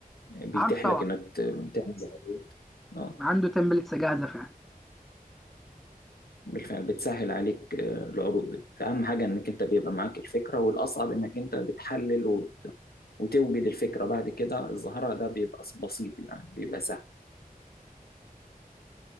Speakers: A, on the left (about 85°); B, in the centre.
A: بيتيح
B: عارف طبعا
A: لك إنك ت- تعمل عروض. اه
B: عنده تمبلتس جاهزه فعلا <laughs>
A: بالفعل بتسهل عليك آه، العروض دي فأهم حاجة إنك أنت بيبقى معاك الفكرة والأصعب إنك أنت بتحلل وت... وتوجد الفكرة بعد كده الظاهرة ده بيبقى بسيط يعني بيبقى سهل